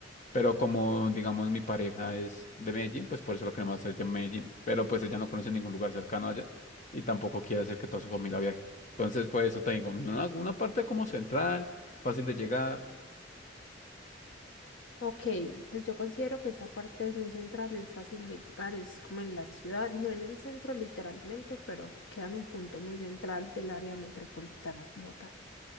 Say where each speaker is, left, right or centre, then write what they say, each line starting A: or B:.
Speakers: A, on the left; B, on the left.
A: Pero como, digamos, mi pareja es de Medellín, pues por eso lo queremos hacer ya en Medellín. Pero pues ella no conoce ningún lugar cercano allá y tampoco quiere hacer que toda su familia viaje. Entonces, pues eso te digo, una, una parte como central, fácil de llegar.
B: ok. Pues yo considero que esa parte es muy central, es fácil de llegar, es como en la ciudad, no en el centro literalmente, pero queda en un punto muy central del área metropolitana como tal.